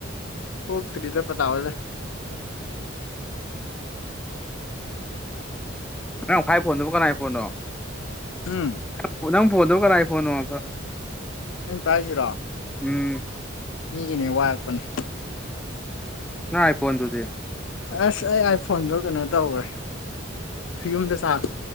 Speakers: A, on the left (about 85°); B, in the centre.
A: ꯊꯣꯛꯇꯔꯤꯗ ꯄꯇꯥꯝ ꯍꯣꯏꯂꯩ
B: ꯅꯪ ꯄꯥꯏ ꯐꯣꯟꯗꯨꯕꯨ ꯀꯅꯥꯥꯏ ꯐꯣꯟꯅꯣ
A: ꯎꯝ
B: ꯅꯪ ꯅꯪ ꯐꯣꯟꯗꯣ ꯀꯅꯥꯏ ꯐꯣꯟꯅꯣꯑꯒ
A: ꯑꯩꯅ ꯄꯥꯏꯁꯤꯔꯣ
B: ꯎꯝ
A: ꯃꯤꯒꯤꯅꯦ ꯋꯥꯏꯔꯛꯄꯅꯦ
B: ꯅꯪ ꯑꯥꯏ ꯐꯣꯟꯗꯨꯗꯤ
A: ꯑꯁ ꯑꯩ ꯑꯥꯏ ꯐꯣꯟꯗꯣ ꯀꯩꯅꯣ ꯇꯧꯈ꯭ꯔꯦ ꯌꯨꯝꯗ ꯆꯥꯔꯖ